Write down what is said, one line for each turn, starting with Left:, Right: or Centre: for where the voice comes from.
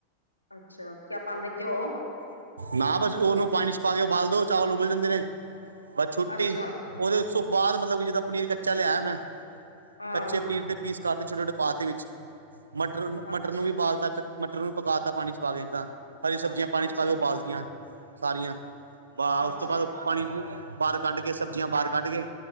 Left: ਅੱਛਾ ਕਿਆ ਪਾਉਂਦੇ ਘਿਓ
Right: ਨਾ ਬਸ ਉਹਨੂੰ ਪਾਣੀ ਚ ਪਾ ਕੇ ਉਬਾਲ ਦੋ ਚਾਵਲ ਉਬਲ ਜਾਂਦੇ ਨੇ ਬਸ ਛੁੱਟੀ
Left: ਅੱਛਾ
Right: ਉਹਦੇ ਉਸ ਤੋਂ ਬਾਅਦ ਮਤਲਬ ਕਿ ਜਿੱਦਾਂ ਪਨੀਰ ਕੱਚਾ ਲਿਆਇਆ ਮੈਂ
Left: ਹਾਂ
Right: ਕੱਚੇ ਪਨੀਰ ਦੇ ਪੀਸ ਕਰਦੇ ਛੋਟੇ-ਛੋਟੇ ਪਾ ਤੇ ਵਿੱਚ ਮਟਰ-ਮਟਰ
Left: ਅੱਛਾ
Right: ਨੂੰ ਵੀ ਬਾਲ ਤ ਮਟਰ ਨੂੰ ਪਕਾ ਤਾ ਪਾਣੀ 'ਚ ਪਾ ਕੇ ਏਦਾਂ, ਹਰੀ ਸਬਜ਼ੀਆਂ ਪਾਣੀ
Left: ਅੱਛਾ
Right: ਚ ਪਾ ਕੇ ਉਬਾਲਤੀਆਂ ਸਾਰੀਆਂ। ਬਾ ਉਸ
Left: ਅੱਛਾ
Right: ਤੋਂ ਬਾਅਦ ਪਾਣੀ ਨੂੰ ਬਾਹਰ ਕੱਢ ਕੇ, ਸਬਜ਼ੀਆਂ ਬਾਹਰ ਕੱਢ ਕੇ,